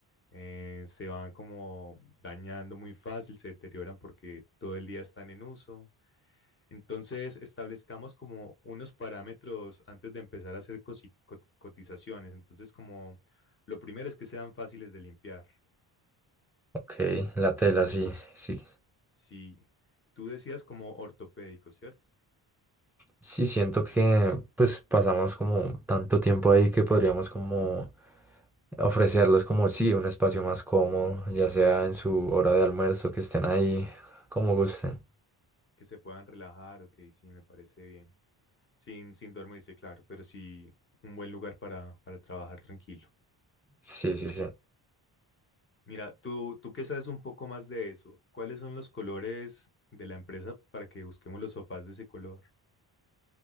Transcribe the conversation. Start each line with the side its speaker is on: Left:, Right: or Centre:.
Left: eh, se van como dañando muy fácil, se deterioran porque todo el día están en uso. Entonces, establezcamos como unos parámetros antes de empezar a hacer cosi- co- cotizaciones. Entonces, como lo primero es que sean fáciles de limpiar.
Centre: Ok, la tela, sí, sí.
Left: Si tú decías como ortopédicos, ¿cierto?
Centre: Sí, siento que pues pasamos como tanto tiempo ahí que podríamos como ofrecerles como sí, un espacio más cómodo, ya sea en su hora de almuerzo, que estén ahí como gusten.
Left: Que se puedan relajar, ok, sí, me parece bien. Sin, sin dormirse, claro, pero sí un buen lugar para, para trabajar tranquilo.
Centre: Sí, sí, sí.
Left: Mira, tú, tú que sabes un poco más de eso, ¿cuáles son los colores de la empresa para que busquemos los sofás de ese color?